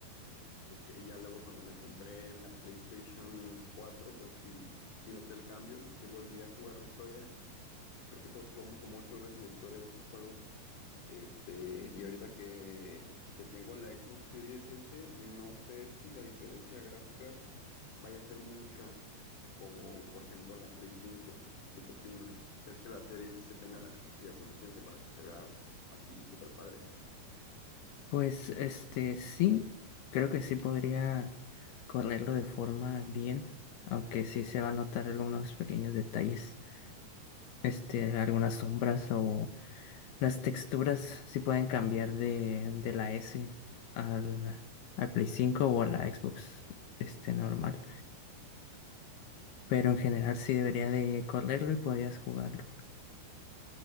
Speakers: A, on the left (about 50°); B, on the left (about 70°).
A: este, y ya luego cuando me compré la PlayStation cuatro pues sí, sí noté el cambio y sí volví a jugar la historia. Creo que todos jugamos como ocho veces la historia de ese juego este, y ahorita que, que tengo la Xbox Series S, no sé si la diferencia gráfica vaya a ser mucha, como por ejemplo la Play cinco ¿Tú qué opinas? ¿Crees que la Series S tenga la capacidad suficiente para que se vea así súper padre?
B: Pues este sí, creo que sí podría correrlo de forma bien, aunque sí se va a notar algunos pequeños detalles, este, algunas sombras o Las texturas sí pueden cambiar de, de la S al, al Play cinco o a la Xbox este, normal. Pero en general sí debería de correrlo y podrías jugarlo.